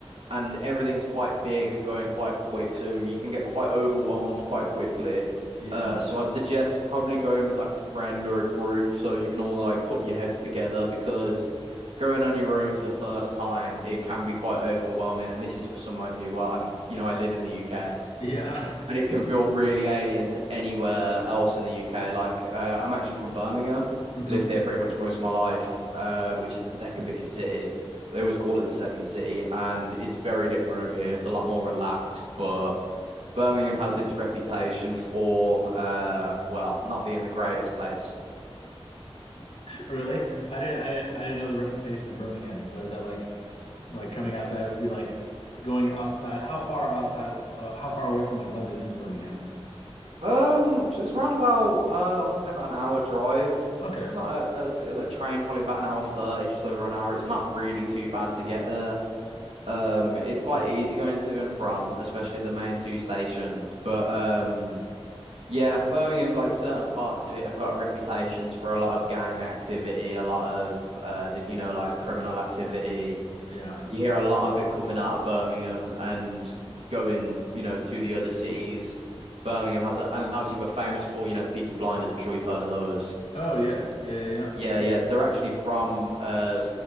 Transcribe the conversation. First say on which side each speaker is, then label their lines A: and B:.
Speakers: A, on the right (about 75°); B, on the left (about 80°).
A: and everything's quite big and going quite quick, so you can get quite overwhelmed quite quickly.
B: Yeah.
A: Uh, so I'd suggest probably going with like a friend or a group so you can all like put your heads together because going on your own for the first time, it can be quite overwhelming. And this is for someone who, well, I'm, you know, I live in the UK
B: Yeah.
A: and it can feel really alien to anywhere else in the UK. Like, uh, I'm actually from Birmingham,
B: <laughs> hmm
A: lived here pretty much most of my life, uh, which is the second biggest city. They always call it the second city, and it's very different over here. It's a lot more relaxed, but Birmingham has its reputation for, uh, well, not being the greatest place.
B: Really? I didn't I, I didn't know the reputation of Birmingham. So is that like like coming outside would be like going outside? How far of outside of- uh, how far away from like London is Birmingham?
A: Um, so it's around about, uh, I want to say about an hour drive.
B: Okay.
A: It's not a, a, sort of like train, probably about an hour 30, just over an hour. It's not really too bad to get there. Um, it's quite easy going to and from, especially the main two stations. But um, yeah, Birmingham, like certain parts of it have got reputations for a lot of gang activity, a lot of uh, the, you know, like criminal activity.
B: Yeah.
A: You hear a lot of it coming out of Birmingham and going, you know, to the other cities. Birmingham has, a, and obviously we're famous for, you know, the Peaky Blinders. I'm sure you've heard of those.
B: Oh yeah. Yeah, yeah,
A: Yeah,
B: yeah.
A: yeah,
B: Uh-huh.
A: they're actually from uh